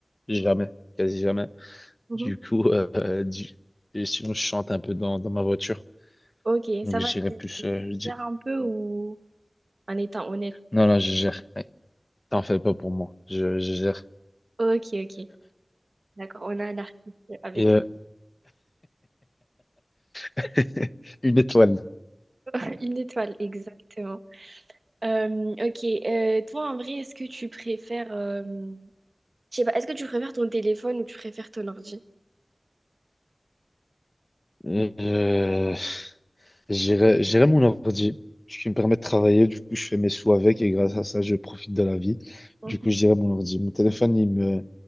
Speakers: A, on the left; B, on the right.
A: jamais, quasi jamais.
B: Mhm.
A: Du coup, euh, <laughs> du- et sinon, je chante un peu dans, dans ma voiture.
B: Ok,
A: Donc,
B: ça va,
A: je dirais
B: tu
A: plus.
B: tu
A: euh, je dis-
B: gères un peu ou en étant honnête?
A: Non, non, je gère. Ouais, T'en fais pas pour moi. Je, je gère.
B: Ok, ok. D'accord, on a un artiste avec
A: Et euh, <laughs> une étoile.
B: <laughs> une étoile, exactement. Euh, ok, euh, toi en vrai, est-ce que tu préfères, euh, je sais pas, est-ce que tu préfères ton téléphone ou tu préfères ton ordi?
A: Euh, J'irai j'irai mon ordi, ce qui me permet de travailler. Du coup, je fais mes sous avec et grâce à ça, je profite de la vie.
B: Mhm.
A: Du coup, je dirais mon ordi. Mon téléphone, il me, il